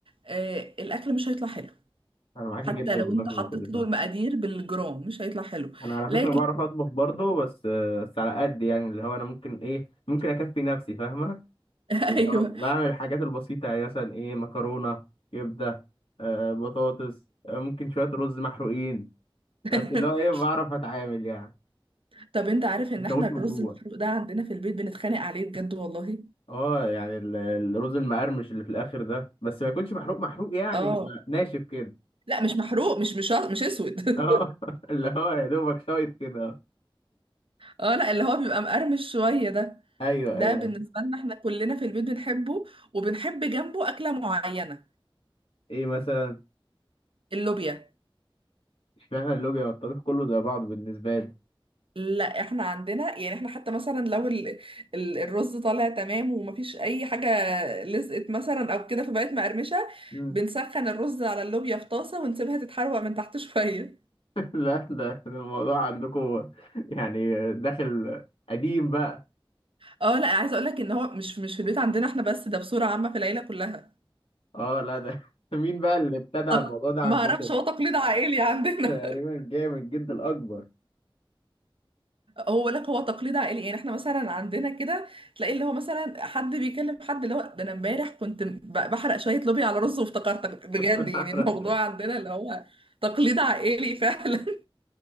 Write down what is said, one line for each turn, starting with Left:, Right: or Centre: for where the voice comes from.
Right: آه الاكل مش هيطلع حلو
Left: انا معاك
Right: حتى
Left: جدا
Right: لو
Left: والله
Right: انت
Left: في
Right: حطيت
Left: النقطة دي فعلا.
Right: له المقادير بالجرام مش هيطلع حلو
Left: انا على
Right: لكن
Left: فكرة بعرف اطبخ برضه بس بس على قد يعني اللي هو انا ممكن ايه ممكن اكفي نفسي فاهمة
Right: <laughs>
Left: اللي
Right: ايوه
Left: هو بعمل الحاجات البسيطة يعني مثلا إيه مكرونة كبدة آه بطاطس آه ممكن شوية رز محروقين
Right: <laughs>
Left: بس اللي هو إيه بعرف أتعامل يعني
Right: طب انت عارف ان
Left: مش
Right: احنا
Left: هموت
Right: الرز
Left: من جوه
Right: المحروق ده عندنا في البيت بنتخانق عليه بجد والله
Left: اه يعني ال- الرز المقرمش اللي في الآخر ده بس ما يكونش محروق محروق يعني
Right: اه
Left: يبقى ناشف كده
Right: لا مش محروق مش مش مش اسود <laughs>
Left: اه <laughs> اللي هو يا دوبك شايط كده
Right: اه لا اللي هو بيبقى مقرمش شويه ده
Left: ايوه
Right: ده
Left: ايوه
Right: بالنسبه لنا احنا كلنا في البيت بنحبه وبنحب جنبه اكله معينه
Left: ايه مثلا
Right: اللوبيا
Left: اشمعنى اللوبيا والطبيخ كله زي بعض بالنسبة لي
Right: لا احنا عندنا يعني احنا حتى مثلا لو ال... ال... الرز طالع تمام ومفيش اي حاجه لزقت مثلا او كده فبقت مقرمشه
Left: مم.
Right: بنسخن الرز على اللوبيا في طاسه ونسيبها تتحروق من تحت <laughs> شويه
Left: <laughs> لا ده ده الموضوع عندكم يعني داخل قديم بقى
Right: اه لا عايزه اقول لك ان هو مش مش في البيت عندنا احنا بس ده بصوره عامه في العيله كلها
Left: اه لا ده <laughs> مين بقى اللي ابتدع
Right: طب
Left: الموضوع ده عندكم؟
Right: ما اعرفش هو تقليد عائلي عندنا
Left: تقريبا جاي من الجد الأكبر
Right: هو لك هو تقليد عائلي يعني احنا مثلا عندنا كده تلاقي اللي هو مثلا حد بيكلم حد اللي هو ده انا امبارح كنت ب- بحرق شويه لوبيا على رز وافتكرتك بجد
Left: <laughs>
Right: يعني الموضوع عندنا اللي هو تقليد عائلي فعلا